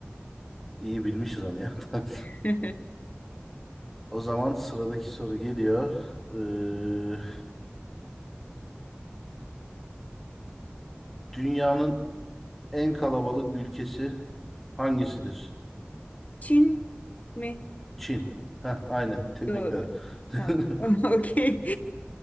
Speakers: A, in the centre; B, on the left.
A: İyi bilmişiz onu ya. <laughs> Tamam.
B: <laughs>
A: O zaman sıradaki soru geliyor. Ee, dünyanın en kalabalık ülkesi hangisidir?
B: Çin mi?
A: Çin. Ha, aynen. Tebrikler.
B: Doğru.
A: <laughs>
B: Tamam. <laughs> Okey.